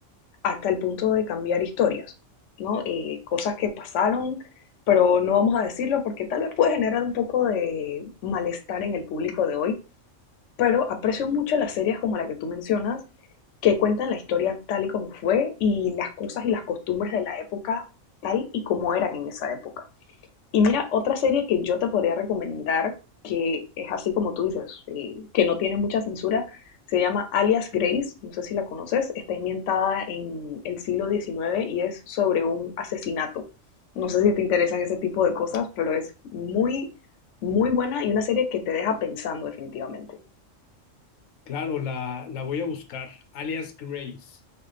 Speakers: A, on the left (about 70°); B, on the left (about 85°).
A: hasta el punto de cambiar historias, ¿no? Eh, cosas que pasaron, pero no vamos a decirlo porque tal vez puede generar un poco de malestar en el público de hoy, pero aprecio mucho las series como la que tú mencionas que cuentan la historia tal y como fue y las cosas y las costumbres de la época tal y como eran en esa época. Y mira, otra serie que yo te podría recomendar, que es así como tú dices, eh, que no tiene mucha censura, se llama Alias Grace, no sé si la conoces, está ambientada en el siglo XIX y es sobre un asesinato. No sé si te interesan ese tipo de cosas, pero es muy, muy buena y una serie que te deja pensando definitivamente.
B: Claro, la, la voy a buscar, alias Grace.